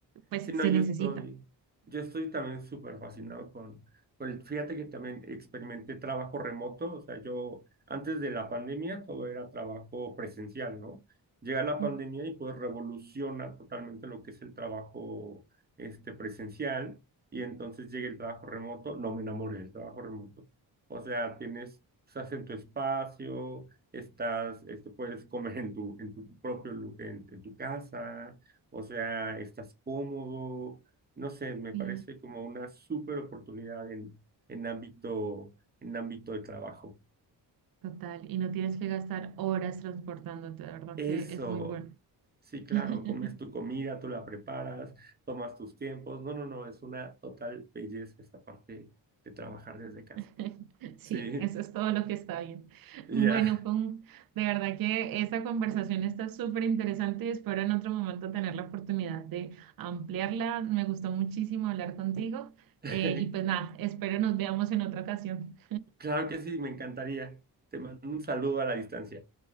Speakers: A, on the right; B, on the right.
A: pues
B: Sí, no,
A: se
B: yo
A: necesita.
B: estoy, yo estoy también súper fascinado con, con el, fíjate que también experimenté trabajo remoto, o sea, yo antes de la pandemia todo era trabajo presencial, ¿no? Llega la
A: Ujú.
B: pandemia y pues revoluciona totalmente lo que es el trabajo este, presencial y entonces llega el trabajo remoto, no me enamoré del trabajo remoto, o sea, tienes, estás en tu espacio, estás, este, puedes comer en tu, en tu propio, lu- en en tu casa o sea, estás cómodo. No sé, me
A: Sí,
B: parece como una súper oportunidad en, en ámbito, en ámbito de trabajo.
A: total. Y no tienes que gastar horas transportándote, de verdad
B: Eso,
A: que es muy bueno.
B: sí, claro,
A: <laughs>
B: comes tu comida, tú la preparas, tomas tus tiempos. No, no, no, es una total belleza esta parte de trabajar desde casa.
A: <laughs> Sí,
B: Sí,
A: eso es todo lo que está bien.
B: ya.
A: Bueno, Pum, de verdad que esta conversación está súper interesante y espero en otro momento tener la oportunidad de ampliarla. Me gustó muchísimo hablar contigo
B: <laughs>
A: eh, y pues nada, espero nos veamos en otra ocasión.
B: Claro que sí, me encantaría. Te mando un saludo a la distancia.